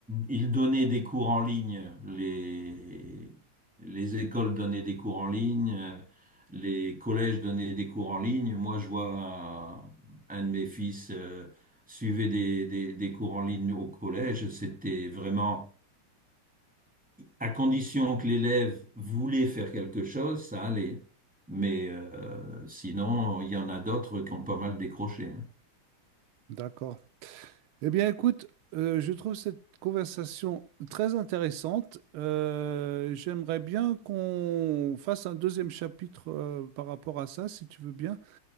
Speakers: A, in the centre; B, on the right.
A: ils donnaient des cours en ligne, les, les écoles donnaient des cours en ligne, les collèges donnaient des cours en ligne. Moi, je vois un, un de mes fils euh, suivait des, des, des cours en ligne au collège. C'était vraiment à condition que l'élève voulait faire quelque chose, ça allait. Mais euh, sinon, il y en a d'autres qui ont pas mal décroché. hein.
B: D'accord. Eh bien, écoute, euh, je trouve cette conversation très intéressante. Euh, j'aimerais bien qu'on fasse un deuxième chapitre euh, par rapport à ça, si tu veux bien.